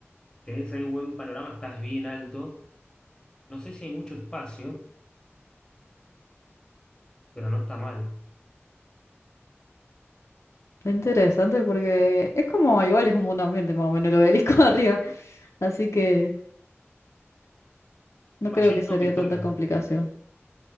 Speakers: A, on the left (about 15°); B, on the left (about 80°).
A: Tenés ahí buen panorama, estás bien alto. No sé si hay mucho espacio, pero no está mal.
B: Está interesante porque es como igual es como un buen ambiente más o menos el obelisco <laughs> arriba, así que no
A: ¿Ballesta
B: creo que sería
A: o pistola?
B: tanta complicación.